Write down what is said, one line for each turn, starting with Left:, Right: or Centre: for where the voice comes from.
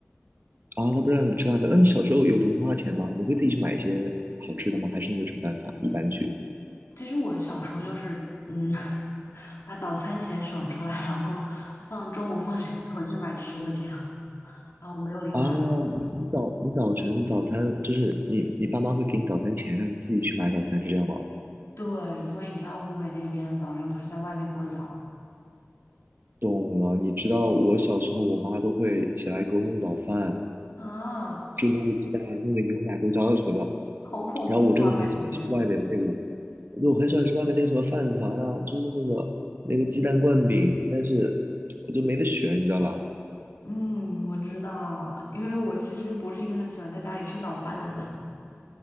Right: 啊，他不让你吃辣的。那你小时候有零花钱吗？你会自己去买一些好吃的吗？还是你有什么办法一般去？
Left: 其实我小时候就是，嗯，<laughs> 把早餐钱省出来，然后放中午放学以后去买吃的这样，然后我没有零花钱。
Right: 啊，你你早你早晨早餐就是你你爸妈会给你早餐钱，让你自己去买早餐，是这样吗？
Left: 对，因为你知道湖北那边早上都是在外面过早
Right: 懂了，你知道我小时候我妈都会起来给我弄早饭，
Left: 啊，
Right: 就弄个鸡蛋啊，弄点牛奶、豆浆啊什么的。
Left: 好恐怖啊，
Right: 然后我真的很喜欢吃外面的那个，
Left: 感觉。
Right: 我就很喜欢吃外面那个什么饭团啊，就是那个那个鸡蛋灌饼，但是我就没得选，你知道吧？
Left: 嗯，我知道，因为我其实不是一个很喜欢在家里吃早饭的人。